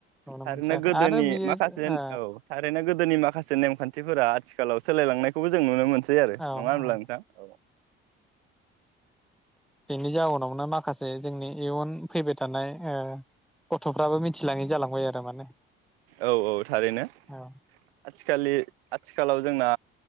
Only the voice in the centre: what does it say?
नुनो
मोनसै आरो
आरो बियो
ओ
औ
औ
बेनि जाउनावनो माखासे जोंनि इयुन फैबाय थानाय ओ गथ'फ्राबो मिथिलाङि जालांबाय आरो माने।
औ